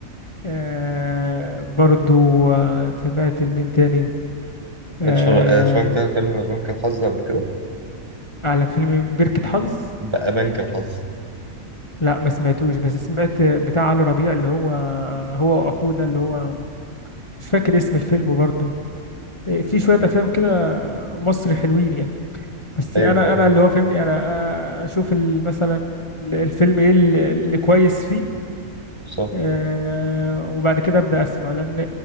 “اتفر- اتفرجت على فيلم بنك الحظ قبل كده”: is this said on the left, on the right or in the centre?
Right